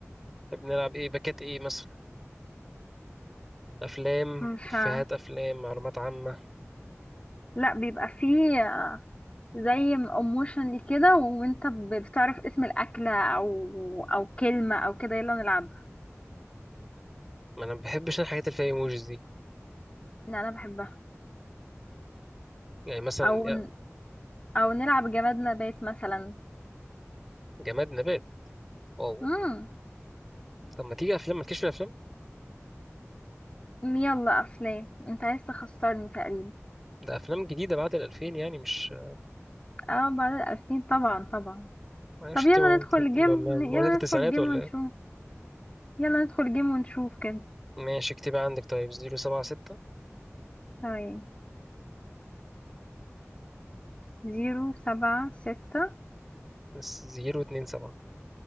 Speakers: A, in the centre; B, on the left.
A: تحبي نلعب ايه باكات ايه مثلا أفلام
B: مش
A: إفيهات
B: ه...
A: أفلام معلومات عامة
B: لا بيبقى فيه آه، زي اموشن كده وانت ب- بتعرف اسم الاكله او او كلمه او كده يلا نلعبها
A: ما أنا ما بحبش أنا الحاجات اللي فيها ايموجيز دي
B: لا انا بحبها
A: يعني مثلا
B: او
A: يا
B: ن- او نلعب جماد نبات مثلا
A: جماد نبات واو
B: امم
A: طب ما تيجي أفلام ما تكشف الأفلام
B: يلا افلام انت عايز تخسرني تقريبا
A: ده أفلام جديدة بعد الألفين يعني مش
B: اه بعد الألفين طبعا طبعا
A: معرفش
B: طب
A: انت
B: يلا
A: انت-
B: ندخل
A: انت-
B: جيم
A: مولودة
B: يلا
A: في التسعينات
B: ندخل جيم
A: ولا
B: ونشوف يلا ندخل جيم ونشوف كده
A: ماشي اكتبها عندك طيب زيرو سبعة ستة
B: ثواني زيرو سبعة ستة
A: بس زيرو اتنين سبعة